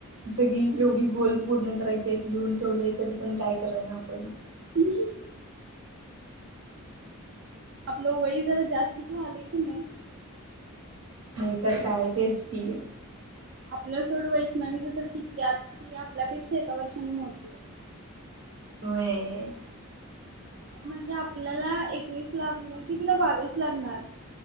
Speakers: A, on the right; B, on the right.
A: सगळी एवढी गोल पूर्ण करायची आहेत, लिहून ठेवले तरी पण काय करा ना आपण
B: ह आपलं वय जरा जास्तच व्हाले क नाही
A: होय तर काय तेच की
B: आपलं सोड वैष्णवी ज तर किती, आत ती आपल्यापेक्षा एका वर्षान मोठी, आहे.
A: होय
B: म्हणजे, आपल्याला एकवीस लागल, की तिला बावीस लागणार